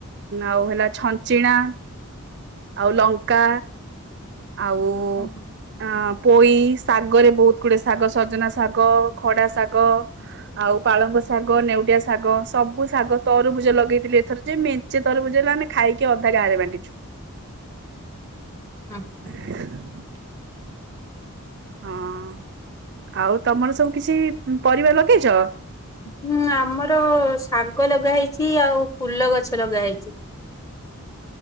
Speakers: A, on the right; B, on the left.
A: ଆଉ ହେଲା ଛଞ୍ଚିଣା ଆଉ ଲଙ୍କା ଆଉ
B: ଉଁ ହୁଁ।
A: ଅ--ପୋଇ ଶାଗରେ ବହୁତ ଗୁଡେ ଶାଗ, ସଜନା ଶାଗ ଖଡା ଶାଗ। ଆଉ ପାଳଙ୍ଗ ଶାଗ, ନେଉଡିଆ ଶାଗ ସବୁ ଶାଗ, ତରୁଭୁଜ ଲଗେଇଥିଲି ଏଥର ଯେ କିଛି ତରଭୁଜ ହେଲାନି। ଆମେ ଖାଇକି ଅଧା ଗାରେ ବାଣ୍ଟିଛୁ।
B: <unintelligible>
A: <unintelligible> ହଁ। ଆଉ ତମର ସବୁ କିଛି ପରିବା ଲଗେଇଛ?
B: ହୁଁ ଆମର ଶାଗ ଲଗାହେଇଛି, ଆଉ ଫୁଲ ଗଛ ଲଗାହେଇଛି।
A: <inaudible>